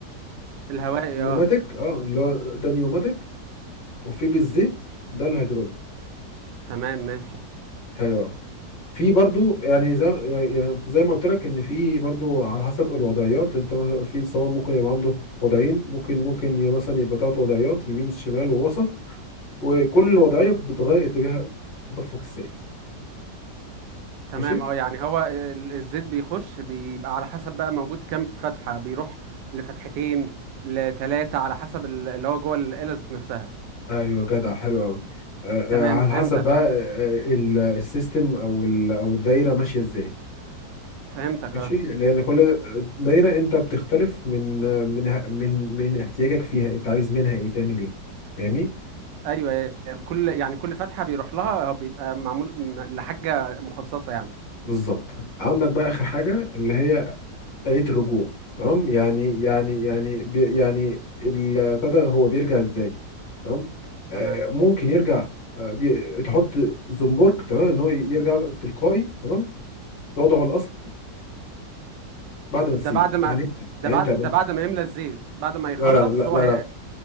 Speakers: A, on the right; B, on the left.
A: الهوائي
B: النيوماتيك
A: اه
B: اه اللي هو ده نيوماتيك وفي بالزيت ده الهيدروليك
A: تمام ماشي
B: حلو في برضو يعني زي يعني زي ما قلت لك ان في برضو على حسب الوضعيات انت مثلا في الصواب ممكن يبقى عنده وضعين ممكن ممكن ي- مثلا يبقى تلات وضعيات يمين شمال ووسط وكل وضعيه بتغير اتجاه تدفق السائل
A: تمام
B: ماشي
A: اه يعني هو ال- الزيت بيخش بيبقى على حسب بقى موجود كام فتحة بيروح لفتحتين لتلاتة على حسب ال- اللي هو جوه الآلة ذات نفسها
B: ايوه جدع حلو قوي
A: تمام
B: على
A: فهمتك
B: حسب بقى
A: اه
B: آه، ال- السيستم او ال- او الدايره ماشيه ازاي
A: فهمتك
B: ماشي
A: اه
B: لان كل دايره انت بتختلف من من من من احتياجك فيها انت عايز منها ايه تعمل ايه فاهمني
A: ايوه يعني كل يعني كل فتحه بيروح لها بيبقى معمول م- لحاجه مخصصه يعني
B: بالظبط عندك بقى آخر حاجة اللي هي آلية الرجوع تمام يعني يعني يعني بي يعني ابتدى هو بيرجع ازاي تمام آه
A: تمام
B: ممكن يرجع آه بي تحط زنبرك تمام ان هو يرجع تلقائي تمام لوضعه الاصل بعد ما
A: ده
B: تسيبه
A: بعد ما
B: يعني انت
A: ده
B: يعني
A: بعد
B: انت بص
A: ده بعد ما يملى الزيت بعد ما يخلص
B: لا لا لا
A: هو
B: لا
A: هي
B: لا